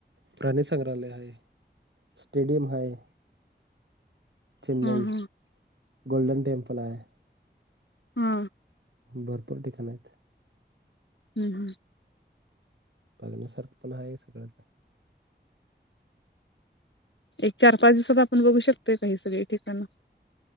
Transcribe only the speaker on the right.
प्राणी संग्रहालय आहे, स्टेडियम हाय. चेन्नई.
गोल्डन टेम्पल हायं.
भरपूर ठिकाण आहेत.
बघण्यासारखं पण आहे सगळं